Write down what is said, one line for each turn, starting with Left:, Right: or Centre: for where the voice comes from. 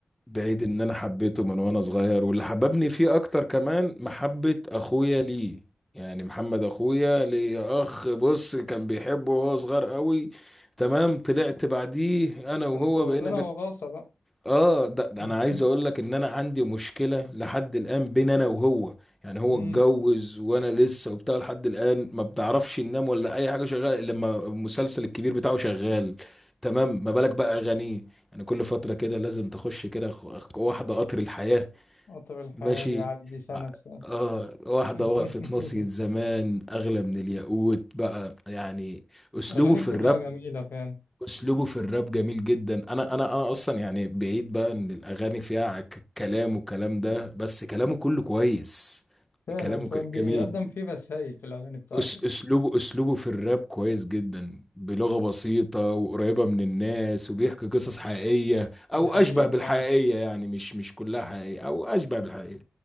Centre: بعيد ان انا حبيته من وانا صغير واللي حببني فيه اكتر كمان محبة اخويا ليه يعني محمد اخويا ليه اخ بص كان بيحبه وهو صغير قوي تمام طلعت بعديه انا
Left: ده
Centre: وهو
Left: انت واخدينها
Centre: بقينا
Left: وراثه بقى
Centre: اه ده, ده
Left: <laughs>
Centre: انا عايز اقول لك ان انا عندي مشكله لحد الان بين انا وهو يعني هو
Left: امم
Centre: اتجوز وانا لسه وبتاع لحد الان ما بنعرفش ننام ولا اي حاجه شغاله الا لما المسلسل الكبير بتاعه شغال تمام ما بالك بقى اغانيه يعني كل فتره كده لازم تخش كده خ- واحده قطر الحياه
Left: قطر الحياه
Centre: ماشي
Left: بيعدي سنه بسنه
Centre: اه واحده
Left: <laughs>
Centre: وقفت ناصية زمان اغلى من الياقوت بقى يعني اسلوبه
Left: اغاني
Centre: في
Left: كلها
Centre: الراب
Left: جميله فعلا
Centre: اسلوبه في الراب جميل جدا انا انا انا اصلا يعني بعيد بقى ان الاغاني فيها ك- كلام والكلام ده بس كلامه كله كويس
Left: فعلا
Centre: كلامه
Left: فعلا
Centre: ك-
Left: بيقدم
Centre: جميل
Left: فيه رسائل في الاغاني بتاعته
Centre: أس- اسلوبه اسلوبه في الراب كويس جدا بلغة بسيطة وقريبة من الناس وبيحكي قصص حقيقية
Left: ده
Centre: او
Left: حقيقي
Centre: اشبه بالحقيقية
Left: فعلا
Centre: يعني مش مش كلها حقيقية او اشبه بالحقيقية